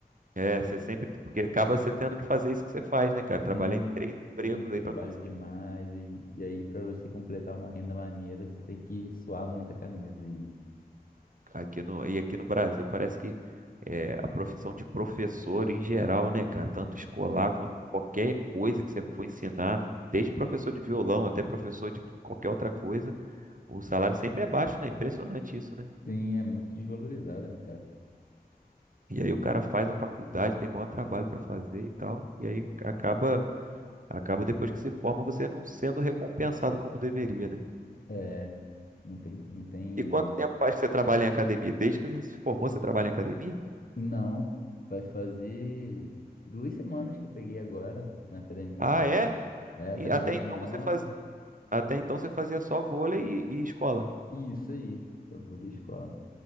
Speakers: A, on the right; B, on the left.
A: É, você
B: Não,
A: sempre,
B: não.
A: porque acaba você tendo que fazer isso que você faz, né, cara?
B: Sim,
A: Trabalhar em três empregos
B: sim, trabalho
A: aí pra conseguir.
B: demais e, e aí para você completar uma renda maneira, você tem que suar muita camisa aí.
A: Aqui no, e aqui no Brasil parece que é, a profissão de professor em geral, né, cara? Tanto escolar
B: Sim,
A: quanto qualquer coisa que você for ensinar, desde professor de violão até professor de qualquer outra coisa, o salário sempre é baixo, né? Impressionante isso, né?
B: sim, é muito desvalorizada, né, cara?
A: E aí o cara faz a faculdade, tem maior trabalho para fazer e tal. E aí acaba, acaba depois que se forma você não sendo recompensado como deveria, né?
B: É, não tem, não tem
A: E quanto tempo faz que você trabalha em academia? Desde que você se formou, você trabalha em academia?
B: Não, vai fazer duas semanas que eu peguei agora na academia
A: Ah,
B: nova.
A: é?
B: É, academia
A: E até então
B: nova.
A: você faz, até então você fazia só vôlei e, e escola.
B: Isso aí, só vou de escola.